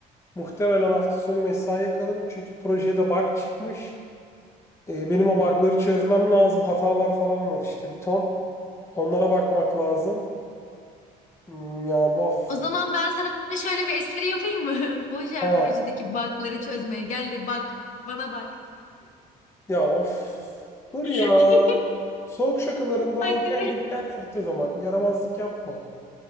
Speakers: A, on the left; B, on the left.
A: Muhtemelen hafta sonu mesaiye kalırım çünkü projede bug çıkmış. E, benim o bug'ları çözmem lazım. Hatalar falan var işte bir ton. Onlara bakmak lazım. Hmm, ya bu of.
B: O zaman ben sana şöyle bir espri yapayım mı? <laughs> Boşver
A: Ha.
B: projedeki bug'ları çözmeye. Gel de bak. Bana bak.
A: Ya of. Dur ya.
B: <laughs>
A: Soğuk şakalarında
B: Ay,
A: al
B: kız.
A: kendin git kendin git o zaman. Yaramazlık yapma.